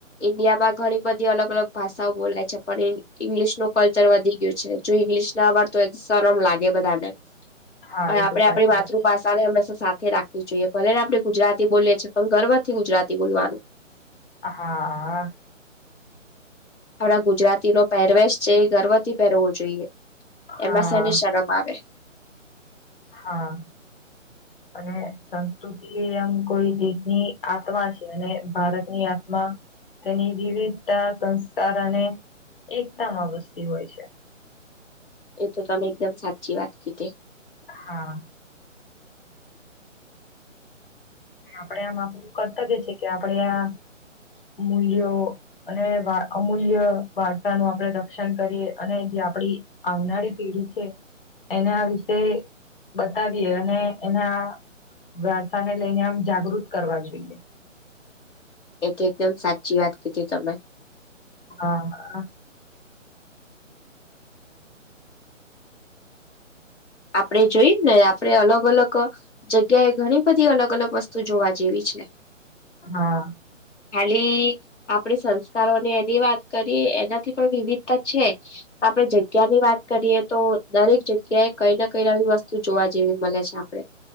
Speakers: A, on the left; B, on the left.
A: ઈન્ડિયામાં ઘણી બધી અલગ અલગ ભાષાઓ બોલાય છે પણ ઈ ઇંગ્લિશનું કલ્ચર વધી ગયું છે જોઈ <inaudible> શરમ લાગે બધાને
B: હા
A: પણ
B: એ
A: આપડે
B: તો સાચી
A: આપણી માતૃભાષાને
B: વાત
A: હંમેશા સાથે રાખવી જોઈએ. ભલેને આપણે ગુજરાતી બોલીએ છીએ પન ગર્વથી ગુજરાતી બોલવાનું.
B: હા આ
A: આપણા ગુજરાતીનો પહેરવેશ છે એ ગર્વથી પહેરવો જોઈએ.
B: હા
A: એમાં શેની શરમ? <inaudible>
B: હા અને સંસ્કૃતિ આમ કોઈ દેશની આત્મા છે અને ભારતની આત્મ મા તેની વિવિધતા, સંસ્કાર અને એકતા માં વસતી હોય છે.
A: એ તો તમે એકદમ સાચી વાત કીધી.
B: હા. આપડે આમ આપડું કર્તવ્ય છે કે આપડે આ મૂલ્યો અને અમૂલ્ય વાર્તા નું આપણે રક્ષણ કરી અને આપડી આવનારી પેઢી છે. એને આ વિશે બતાવીએ અને એને આ વારસા ને લઈને આમ જાગૃત કરવા જોઈએ.
A: એ તો એકદમ સાચી વાત કીઘી તમે.
B: હા.
A: આપડે જોઈએ ને આપણે અલગ અલગ જગ્યાએ ઘણી બધી અલગ અલગ વસ્તુ જોવા જેવી છે. છે.
B: હા.
A: ખાલી આપડે સંસ્કારોને એની વાત કરીએ એનાથી પણ વિવિધતા છે. આપડે જગ્યાની વાત કરીએ તો દરેક જગ્યાએ કઈ ના કઈ નવી વસ્તુ જોવા જેવી મળે છે આપડે.